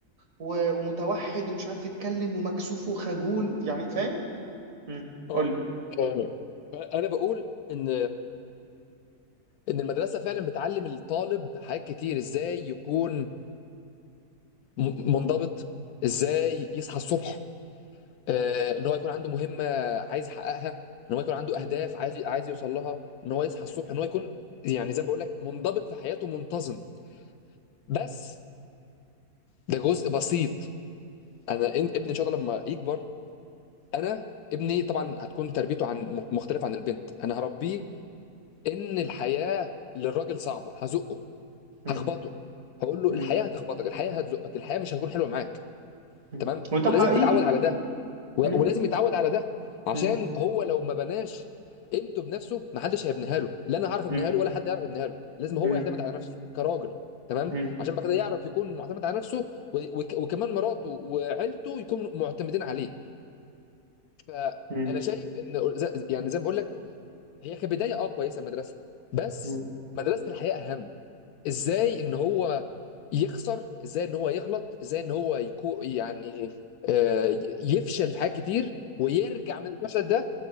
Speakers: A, on the right; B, on the left.
A: و... ومتوحد ومش عارف يتكلم ومكسوف وخجول يعني فاهم امم
B: اه
A: قول لي
B: آه. انا بقول ان ان المدرسه فعلا بتعلم الطالب حاجات كتير ازاي يكون م- منضبط ازاي يصحى الصبح آه، ان هو يكون عنده مهمه عايز يحققها ان هو يكون عنده
A: مم.
B: اهداف عايز عايز يوصل لها ان هو يصحى
A: مم.
B: الصبح ان هو يكون يعني زي ما بقول لك منضبط في حياته منتظم بس ده جزء بسيط انا إن- ابني ان شاء الله لما يكبر انا ابني طبعا هتكون تربيته عن م- مختلفه عن البنت انا هربيه ان الحياه للراجل صعبه هزقه
A: مم.
B: هخبطه هقول له
A: مم.
B: الحياه هتخبطك الحياه هتزقك الحياه مش هتكون حلوه معاك
A: مم.
B: تمام
A: وده
B: ولازم
A: حقيقي
B: تتعود على ده و-
A: مم.
B: ولازم يتعود على ده عشان
A: مم.
B: هو لو ما بناش قيمته بنفسه ما حدش هيبنيها له لا انا هعرف ابنيها
A: مم.
B: له ولا حد يعرف يبنيها له لازم هو
A: مم.
B: يعتمد على نفسه كراجل تمام
A: مم.
B: عشان بعد كده يعرف يكون معتمد على نفسه و... و... وكمان مراته وعيلته يكونوا معتمدين عليه فانا
A: مم.
B: شايف ان ز- يعني زي ما بقول لك هي كبدايه اه كويسه المدرسه بس
A: مم.
B: مدرسه الحياه اهم ازاي ان هو يخسر ازاي ان هو يغلط ازاي ان هو يكو يعني آه، يفشل في حاجات كتير ويرجع من الفشل ده